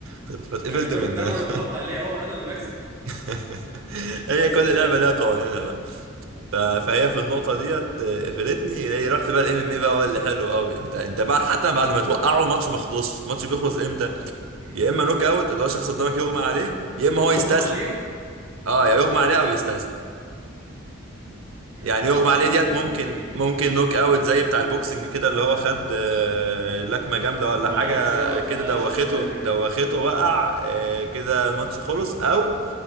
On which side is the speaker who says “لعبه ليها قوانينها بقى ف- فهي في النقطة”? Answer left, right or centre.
Right